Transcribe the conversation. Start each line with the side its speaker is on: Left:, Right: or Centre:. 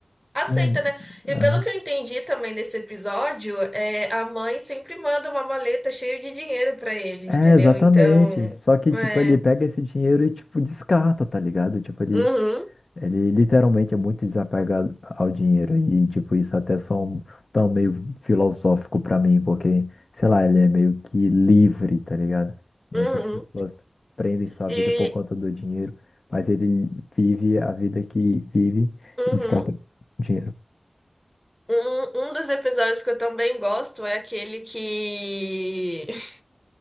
Centre: aceita,
Left: é,
Centre: né? E
Left: aham.
Centre: pelo que eu entendi também nesse episódio, é, a mãe sempre manda uma maleta cheia de dinheiro para ele,
Left: É,
Centre: entendeu?
Left: exatamente.
Centre: Então,
Left: Só que,
Centre: é.
Left: tipo, ele pega esse dinheiro e, tipo, descarta, tá ligado? Tipo, ele
Centre: Uhum,
Left: Ele literalmente é muito desapegado ao dinheiro e, tipo, isso até é só um tão meio filosófico pra mim, porque, sei lá, ele é meio que livre, tá ligado? Muitas
Centre: uhum.
Left: pessoas prendem sua
Centre: E
Left: vida por conta do dinheiro, mas ele vive a vida que vive
Centre: uhum.
Left: e descarta dinheiro.
Centre: Um, um dos episódios que eu também gosto é aquele que <laughs>